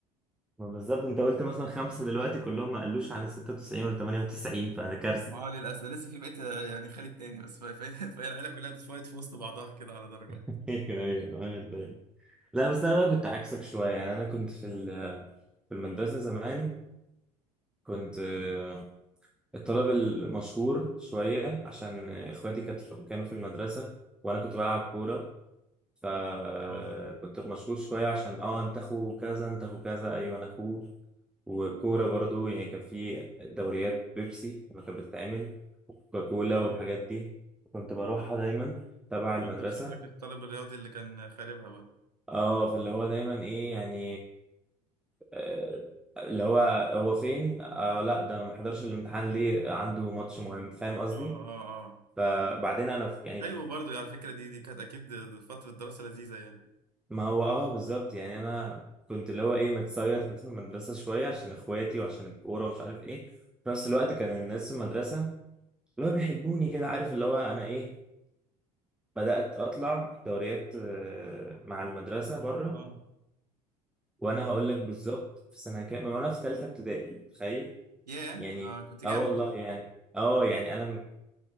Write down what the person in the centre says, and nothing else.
ما بالظبط انت قلت مثلا خمسه دلوقتي كلهم ما قالوش عن ال 96 ولا 98 فده كارثه
<laughs> ايوه ايوه انا واخد بالي لا بس انا بقى كنت عكسك شويه يعني انا كنت في ال- في المدرسه زمان كنت آه، الطالب المشهور شويه عشان آه، اخواتي كانت في- كانوا في المدرسه وانا كنت بلعب كوره فكنت
مشغول شوية عشان اه انت اخو كذا انت اخو كذا ايوه انا اخوه والكورة برضو يعني كان في دوريات بيبسي لما كانت بتتعمل وكوكاكولا
والحاجات دي كنت بروحها دايما تبع
المدرسة
اه فاللي هو دايما ايه يعني آه، اللي هو هو فين آه لا ده ما حضرش الامتحان ليه عنده ماتش مهم فاهم قصدي
فبعدين انا ف- يعني
ما هو اه بالظبط يعني انا كنت اللي هو ايه متسيط كنت في المدرسه شويه عشان اخواتي وعشان الكوره ومش عارف ايه في نفس الوقت كان الناس في المدرسه اللي هو بيحبوني كده عارف اللي هو انا ايه بدات اطلع دوريات آه، مع المدرسه بره
وانا هقول لك بالظبط في سنه كام من وانا في ثالثه ابتدائي تخيل
يعني
اه والله
يعني اه يعني انا